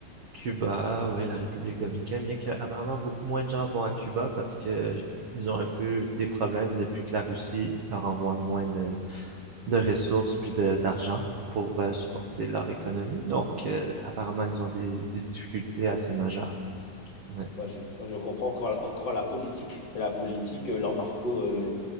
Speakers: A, on the right; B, on the left.
A: Cuba, ouais, la République dominicaine, bien qu'apparemment beaucoup moins de gens vont à Cuba parce que ils ont un peu des problèmes depuis que la Russie leur envoie moins de, de ressources puis de, d'argent pour euh, supporter leur économie. Donc, euh, apparemment, ils ont des, des difficultés assez majeures. Ouais.
B: Moi, je, moi, je comprends encore, encore la politique, la politique, euh, l'embargo, euh,